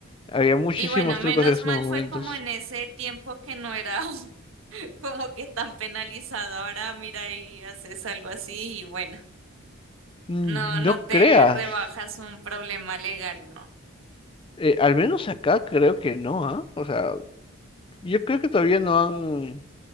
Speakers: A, on the left; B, on the right.
A: Había muchísimos
B: Y bueno, menos
A: trucos en esos
B: mal
A: momentos.
B: fue como en ese tiempo que no era <laughs> como que tan penalizado. Ahora mira y haces algo así y bueno,
A: Mm,
B: no, no
A: No
B: te
A: creas.
B: rebajas un problema legal, ¿no?
A: Eh, al menos acá creo que no, ¿ah? O sea, yo creo que todavía no han...